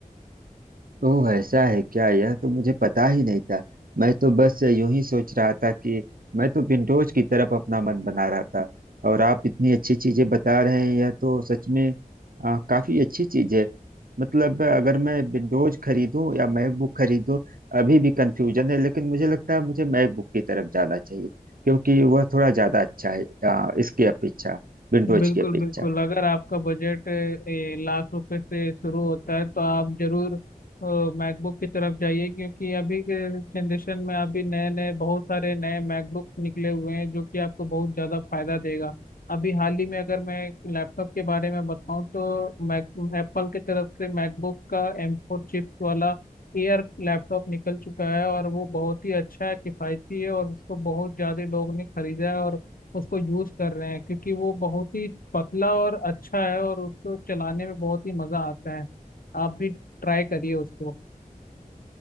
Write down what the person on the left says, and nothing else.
बिल्कुल
बिल्कुल अगर आपका बजट ए, लाख रुपए से शुरू होता है तो आप जरूर मैकबुक की तरफ जाइए क्योंकि अभी के जनरेशन में अभी नए नए बहुत सारे नए मैकबुक निकले हुए हैं जो कि आपको बहुत ज़्यादा फायदा देगा अभी हाल ही में अगर मैं लैपटॉप के बारे में बताऊं तो मैक एप्पल की तरफ से मैकबुक का एम फोर चिप्स वाला एयर लैपटॉप निकल चुका है और वो बहुत ही अच्छा है किफ़ायती है और उसको बहुत ज़्यादा लोग ने खरीदा है और उसको यूज कर रहे हैं क्योंकि वो बहुत ही पतला और अच्छा है और उसको चलाने में बहुत ही मजा आता है आप भी ट्राई करिए उसको